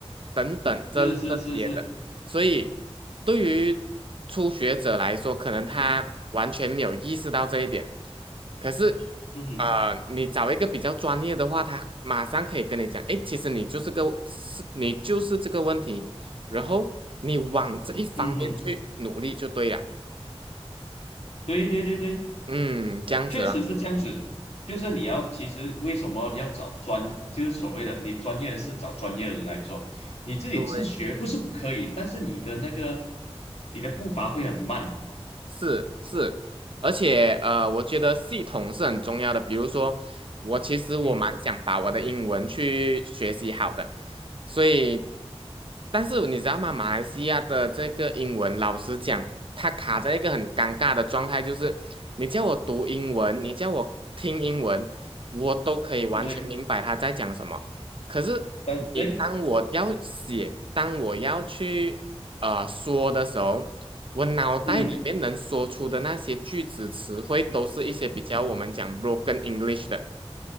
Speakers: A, on the right; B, on the left.
A: 等嗯等这这些的，
B: 是是是是，
A: 所以对于初学者来说，可能他完全没有意识到这一点。可是，
B: 嗯哼，
A: 呃，你找一个比较专业的话，他马上可以跟你讲，诶，其实你就是个是你就是这个问题，然后你往这一方面去努力就对了。
B: 嗯哼，对对对对。
A: 嗯，这样子了。
B: 确实是这样子，就是你要其实为什么要找专，就是所谓的你专业的事找专业的人来做，你自己自学不是不可以，
A: 对
B: 但是你的那个你的步伐会很慢。
A: 是是，而且呃，我觉得系统是很重要的。比如说，我其实我蛮想把我的英文去学习好的，
B: 嗯，
A: 所以，但是你知道吗？马来西亚的这个英文，老实讲，它卡在一个很尴尬的状态，就是你叫我读英文，你叫我听英文，我都可以完全明白他在讲什么。
B: 对
A: 可是你当我要写，
B: 但对，
A: 当我要去呃说的时候，我脑袋里面能说出的那些句子词汇，
B: 嗯，
A: 都是一些比较我们讲 broken English 的